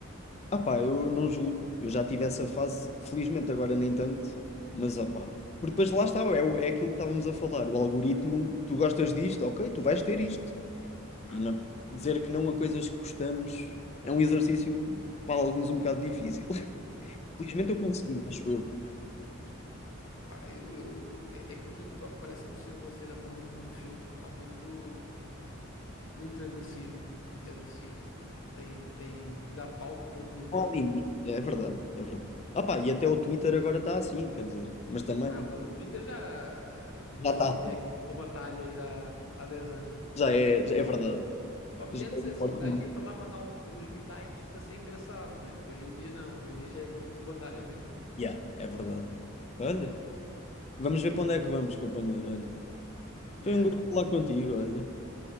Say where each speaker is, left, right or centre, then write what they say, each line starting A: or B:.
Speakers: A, on the left; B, on the left.
A: Ah pá, eu não julgo, eu já tive essa fase, felizmente agora nem tanto, mas ah pá. Porque depois lá está, é, o- é aquilo que estávamos a falar, o algoritmo, tu gostas disto, ok, tu vais ter isto.
B: Pá,
A: E não dizer que não a coisas que gostamos é um exercício para alguns um bocado difícil.
B: sim.
A: Felizmente eu consegui, acho eu.
B: Pá, eu, eu- é, é que o TikTok parece-me ser uma cena com muito pouco filtro, pá, muito, muito agressivo, muito agressivo, tipo, tem, tem, dá palco para tudo, estás
A: Não há limite.
B: a ver?
A: É verdade, é verdade. Ah pá, e até o Twitter agora está assim, quer dizer. Mas também
B: Ah, mas o Twitter já, tipo
A: já
B: assim,
A: está,
B: já é campo de batalha já há 10 anos.
A: já é, já é verdade.
B: Só que
A: Já
B: antes,
A: é,
B: assim,
A: um órgão.
B: um gajo ia para lá mandar um- uns bitites para ser engraçado, né? Hoje em dia não, hoje em dia já é campo de batalha mesmo.
A: Yeah, é verdade. Olha, vamos ver para onde é que vamos, companheiro. Olha,
B: Yeah.
A: foi um gosto falar contigo, olha.